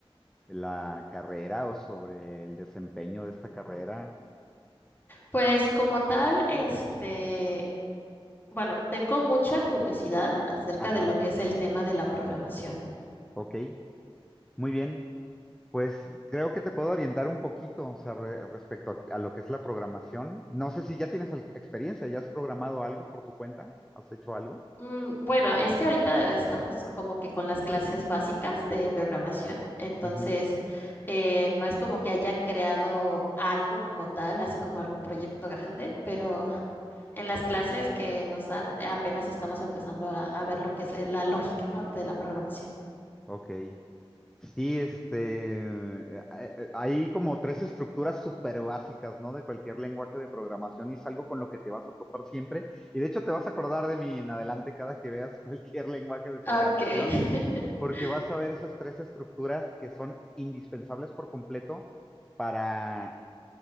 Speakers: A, in the centre; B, on the left.
A: la carrera o sobre el desempeño de esta carrera.
B: Pues como tal, este, bueno, tengo mucha curiosidad acerca
A: Ajá,
B: de lo que es el tema de la programación.
A: ok, muy bien. Pues creo que te puedo orientar un poquito, o sea, re- respecto a, a lo que es la programación. No sé si ya tienes al- experiencia, ya has programado algo por tu cuenta, has hecho algo.
B: Mm, Bueno, es que ahorita estamos como que con las clases básicas de programación, entonces
A: Ujú,
B: eh, no es como que haya creado algo como tal, así como algún proyecto grande, pero en las clases que nos dan eh, apenas estamos empezando a, a ver lo que es la lógica, ¿no? de la programación.
A: Ok. Sí, este, eh, eh, eh, hay como tres estructuras súper básicas, ¿no? De cualquier lenguaje de programación y es algo con lo que te vas a topar siempre. Y de hecho te vas a acordar de mí en adelante cada que veas cualquier <laughs> lenguaje de programación,
B: Ah, Ok. <laughs>
A: porque vas a ver esas tres estructuras que son indispensables por completo para